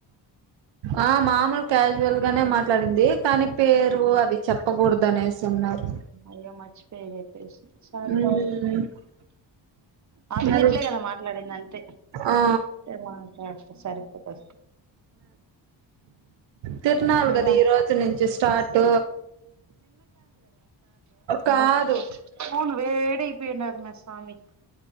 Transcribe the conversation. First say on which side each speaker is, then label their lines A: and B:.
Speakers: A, on the right (about 65°); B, on the right (about 40°).
A: ఆ మామూలు క్యాజువల్ గానే మాట్లాడింది కానీ పేరు
B: ఆ
A: అవి చెప్పకూడదు అనేసి అన్నారు
B: అయ్యో మర్చిపోయ సరేలే
A: ఉమ్
B: ఆ పిల్ల
A: అది
B: ఇట్లే కదా మాట్లాడింది అంతే
A: ఆ
B: రేప్ మాట్లాడుత సరిపోతది
A: తిరునాలు కదా
B: ఇంకా
A: ఈ రోజు నుంచి స్టార్ట్ కాదు
B: బస్ అవును వేడియిపోయినారు మస్త్ స్వామి